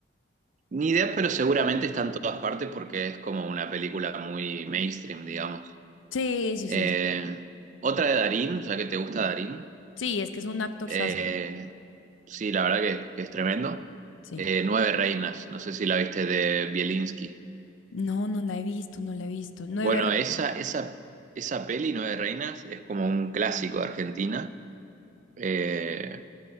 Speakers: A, on the right; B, on the left.
A: Ni idea, pero seguramente está en todas partes porque es como una película muy mainstream, digamos.
B: Sí, sí,
A: Eh,
B: sí.
A: otra de Darín, ya que te gusta Darín.
B: Sí, es que es un actorzazo.
A: Eh, sí, la verdad que, que es tremendo.
B: Sí.
A: Eh, Nueve Reinas, no sé si la viste de Bielinski.
B: No, no la he visto, no la he visto. Nueve
A: Bueno,
B: re-
A: esa, esa, esa peli, Nueve Reinas, es como un clásico de Argentina, eh,